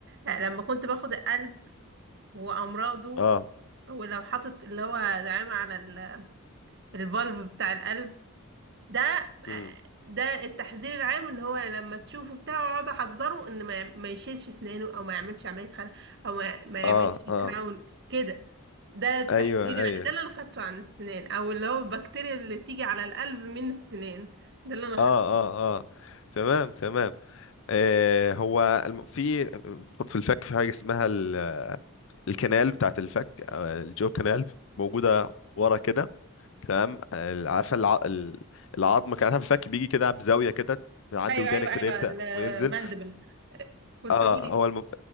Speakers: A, on the right (about 55°); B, on the left (about 60°).
A: آه، لما كنت باخد القلب وامراضه
B: اه
A: ولو حاطط اللي هو دعامة على ال- الفالف بتاع القلب ده
B: مم.
A: ده التحذير العام ان هو لما تشوفه بتاعه اقعد احذره ان ما, يعم- ما يشيلش اسنانه او ما يعملش عملية خلع او ما, ما
B: اه
A: يعملش
B: اه
A: كراون كده ده التحذير
B: ايوه
A: الع-
B: ايوه
A: ده اللي انا خدته عن السنان او اللي هو البكتيريا اللي تيجي على القلب من السنان ده اللي انا خدته
B: اه اه اه تمام تمام آه هو الم... في برضه في الفك في حاجه اسمها ال... الكنال بتاعت الفك آه، الجو كنال موجوده ورا كده تمام ال- عارفه الع... ال- العظم كان عارفه الفك بيجي كده بزاويه كده من عند
A: ايوه
B: ودانك
A: ايوه ايوه
B: كده يبدا
A: الماندبل
B: وينزل
A: كنت
B: اه
A: بقولي
B: هو الم...